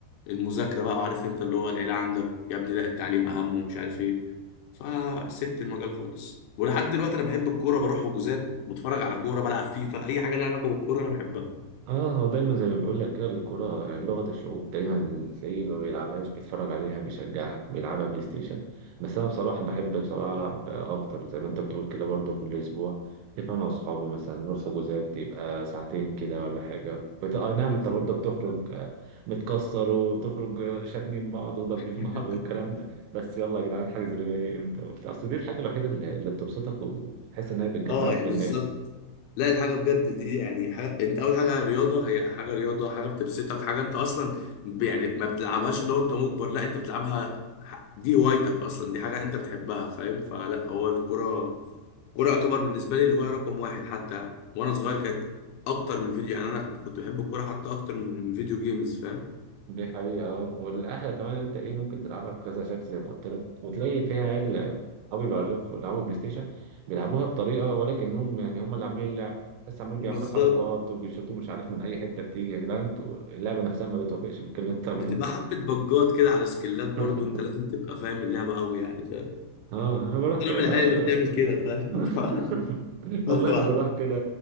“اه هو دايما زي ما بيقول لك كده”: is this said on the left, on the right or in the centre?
Right